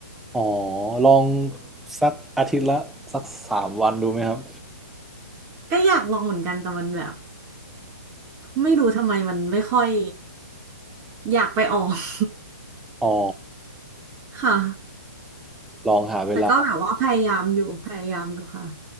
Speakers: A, in the centre; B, on the right.
A: อ๋อลองสักอาทิตย์ละสักสามวันดูไหมครับ
B: ก็อยากลองเหมือนกันแต่มันแบบไม่รู้ทำไมมันไม่ค่อยอยากไปออก <laughs>
A: อ๋อ
B: ค่ะ
A: ลองหาเวลา
B: แต่ก็แบบว่าพยายามอยู่พยายามอยู่ค่ะ